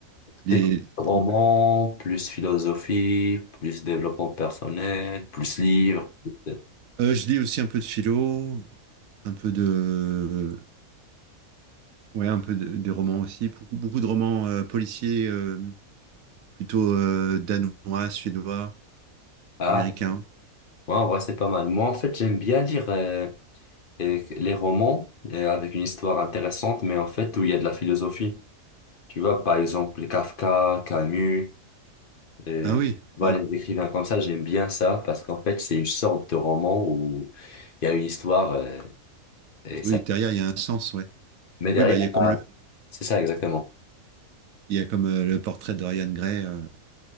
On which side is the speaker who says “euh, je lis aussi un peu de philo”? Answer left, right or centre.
Right